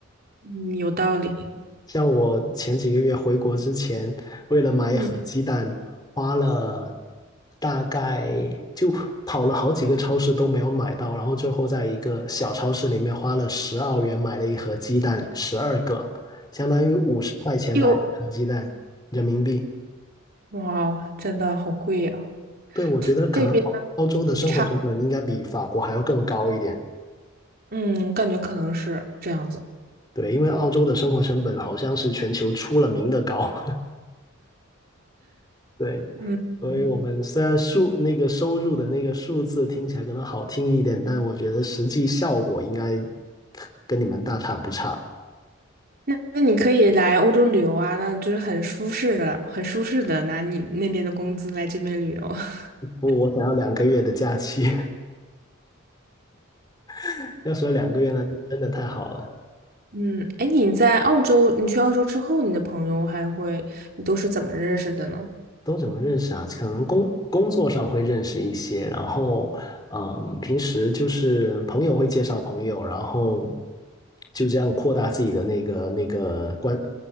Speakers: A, on the right; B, on the left.
A: 嗯，有道理。
B: 像我前几个月回国之前，为了买一盒鸡蛋，
A: 嗯，
B: 花了大概就跑了好几个超市都没有买到，然后最后在一个小超市里面花了十澳元买了一盒鸡蛋，十二个，相当于五十块钱买了一盒鸡蛋，
A: 又
B: 人民币。
A: 哇哦真的好贵呀、
B: 对，我觉得可能澳澳洲的生活成本应该比法国还要更高一点。
A: 这边也差，嗯，感觉可能是这样子。
B: 对，因为澳洲的生活成本好像是全球出了名的高。对，
A: 嗯。
B: 所以我们虽然数那个收入的那个数字听起来可能好听一点，
A: 嗯
B: 但我觉得实际效果应该跟你们大差不差。
A: 那那你可以来欧洲旅游啊，那就是很舒适的，很舒适的拿你那边的工资来这边旅游。<laughs>
B: 不，我想要两个月的假期，<laughs> 要是有两个月那就真的太好了。
A: 嗯，哎，你在澳洲，你去澳洲之后，你的朋友还会，你都是怎么认识的呢？
B: 都怎么认识啊？可能工工作上会认识一些，然后嗯，平时就是朋友会介绍朋友，然后就这样扩大自己的那个那个关